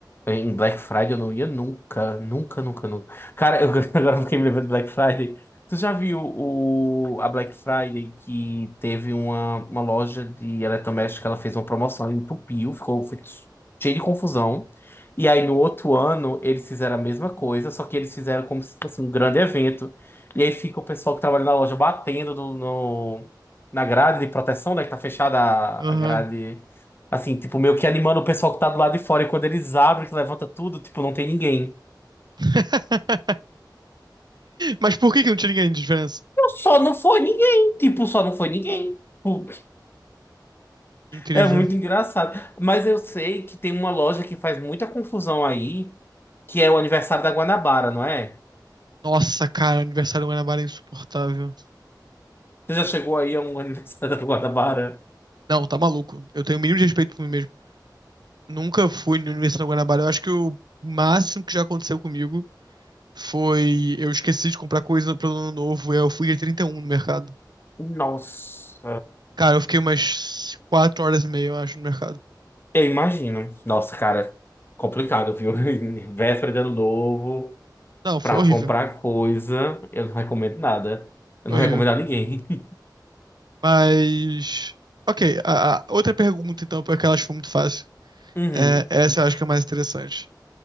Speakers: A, on the left (about 30°); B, on the right (about 65°).
A: Em Black Friday eu não ia nunca, nunca, nunca, nunca. Cara, eu <laughs> agora eu fiquei me lembrando de Black Friday. Tu já viu o, a Black Friday que teve uma, uma loja de eletrodoméstico que ela fez uma promoção, ela entupiu, ficou foi cheio de confusão. E aí no outro ano eles fizeram a mesma coisa, só que eles fizeram como se fosse um grande evento. E aí fica o pessoal que trabalha na loja batendo do- no, na grade de proteção, né, que tá fechada a
B: Aham.
A: a grade. Assim, tipo, meio que animando o pessoal que tá do lado de fora. E quando eles abrem, que levanta tudo, tipo, não tem ninguém.
B: <laughs> Mas por que que não tinha ninguém de diferença?
A: Eu só não foi ninguém. Tipo, só não foi ninguém. Tipo,
B: Incrível.
A: É muito engraçado. Mas eu sei que tem uma loja que faz muita confusão aí, que é o aniversário da Guanabara, não é?
B: Nossa, cara, aniversário do Guanabara é insuportável.
A: Você já chegou aí a um <laughs> aniversário da Guanabara?
B: Não, tá maluco. Eu tenho o mínimo de respeito por mim mesmo. Nunca fui na Universidade do Guanabara. Eu acho que o máximo que já aconteceu comigo foi eu esqueci de comprar coisa pro ano novo e eu fui dia 31 no mercado.
A: Nossa.
B: Cara, eu fiquei umas 4 horas e meia, eu acho, no mercado.
A: Eu imagino. Nossa, cara, complicado, viu? <laughs> Véspera de ano novo,
B: Não, foi
A: pra
B: horrível.
A: comprar coisa, eu não recomendo nada. Eu
B: Foi
A: não
B: horrível.
A: recomendo a ninguém. <laughs>
B: Mas. Ok, a, a outra pergunta, então, porque aquela acho que foi muito fácil.
A: Uhum.
B: É, essa eu acho que é a mais interessante.